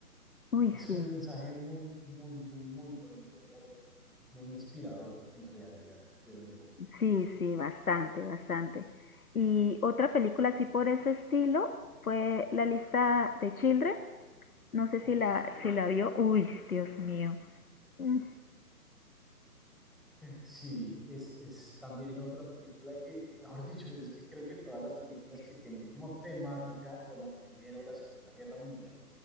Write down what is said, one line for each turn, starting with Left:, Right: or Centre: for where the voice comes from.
Left: Uy,
Centre: es
Left: sí,
Centre: un mensaje muy, muy, muy, muy bonito, muy, muy inspirador en realidad, creo yo.
Left: sí, sí, bastante, bastante. Y otra película así por ese estilo fue La lista de Children. No sé
Centre: Uf,
Left: si la, si la vio. Uy, Dios mío. Mm,
Centre: Sí, es, es también otra película que, mejor dicho, es que creo que todas las películas que tienen como temática o la Primera o la Segunda Guerra Mundial